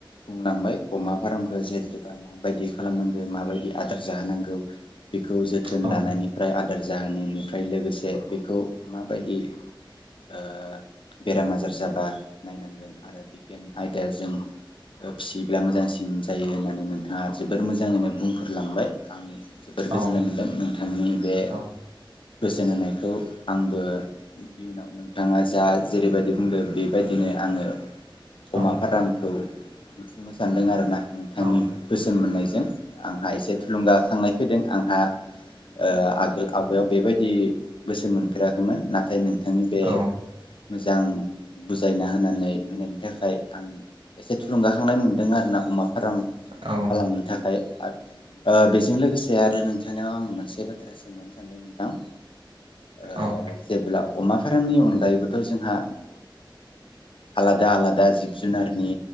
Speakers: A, on the left; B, on the right.
A: बुंलांबाय अमा फारामखो जेतुबा माबायदि खालामनां गो माबायदि आदार जाहोनांगौ बेखौ जोथोन
B: औ
A: लानायनिफ्राय आदार जाहोननिनिफ्राय लोगोसे बेखौ माबायदि ओ बेराम आजार जाब बा नायनांगोन आरो बिगियान आयदाजों फिसियोब्ला मोजांसिन जायो होननानै नोंथाङा जोबोर मोजाङैनो बुंफोरलांबाय आं जोबोर
B: औ
A: गोजोननाय मोनदों नोंथांनि बे
B: औ
A: बोसोन होनायखौ आंबो इयुनाव नोंथाङा जा जेरैबायदि बुंदों बे बेबायदिनो आङो अमा
B: औ
A: फारामखौ लुफुंनो सान्दों आरो ना नोंथांनि
B: औ
A: बोसोन मोननाय जों आंहा एसे थुलुंगाखांनाय फैदों आंहा ओ आगोल आवगायाव बेबायदि बोसोन मोनफेराखैमोन नाथाय नोंथांनि बे
B: औ
A: मोजां बुजायना होनानै होनायनि थाखाय आं एसे थुलुंगाखांनाय मोनदों दों आरो ना अमा फार्म
B: औ
A: खालामनो थाखाय ओ बेजों लोगोसे आरो नोंथांनाव आं मोनसे बाथ्रा सोंबावनो सानदों नोंथां ओ
B: औ
A: जेब्ला अमा फार्मनि अनगायैबो जोंहा आलादा -आलादा जिब जुनारनि